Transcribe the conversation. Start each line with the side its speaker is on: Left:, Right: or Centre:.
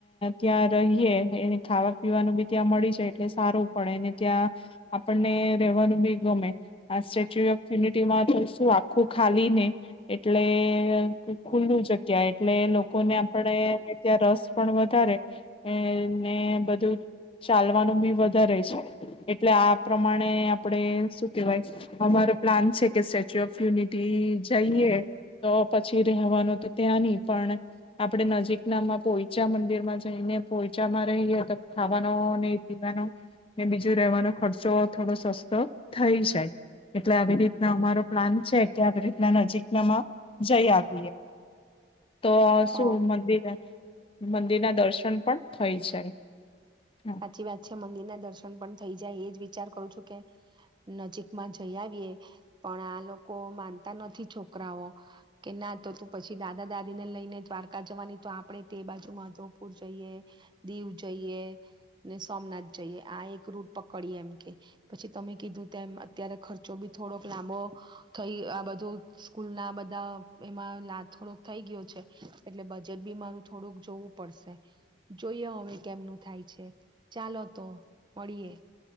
Left: ત્યાં રહીએ એ ખાવા પીવાનું બી ત્યાં મળી જાય એટલે સારું પડે ત્યાં આપણને રેવાનું બી ગમે આ સ્ટેચ્યુ ઓફ યુનિટીમાં તો શું આખું ખાલી ને એટલે ખુલ્લું જગ્યા એટલે લોકોને આપણે રસ પણ વધારે એ ને બધું ચાલવાનું બી વધારે છે એટલે આ પ્રમાણે આપણે શું કેહેવાય અમારો પ્લાન છે કે સ્ટેચ્યુ ઓફ યુનિટી જઈએ તો પછી રહેવાનું તો ત્યાં નહી પણ આપણે નજીક નામાં પોઈચા મંદિર માં જઈને પોયચામાં રહીએ તો ખાવાનો ને પીવાનો ને બીજું રેવાનો ખર્ચો થોડો સસ્તો થઈ જાય એટલે આવી રીતના અમારો પ્લાન છે કે આવી રીતના નજીક નામાં જઈ આવીએ તો
Right: તો
Left: શું મંદિર મંદિરના દર્શન પણ થઈ જાય હા,
Right: સાચી વાત છે મંદિરના દર્શન પણ થઈ જાય એજ વિચાર કરું છું કે નજીક માં જઈ આવીએ પણ આ લોકો માનતા નથી છોકરાઓ કે ના તો તું પછી દાદા દાદી ને લઈને દ્વારકા જવાની તો આપડે તે બાજુ માધવપુર જઈએ દીવ જઈએ ને સોમનાથ જઈએ આ એક રૂટ પકડીએ એમ કે પછી તમે કીધું તેમ અત્યારે ખર્ચો બી થોડોક લાંબો થઈ આ બધો સ્કૂલ ના બધા એમાં લા થોડોક થઈ ગયો છે. એટલે બજેટ બી મારું થોડુંક જોવું પડશે જોઈએ હવે કેમનું થાય છે. ચાલો તો મળીએે.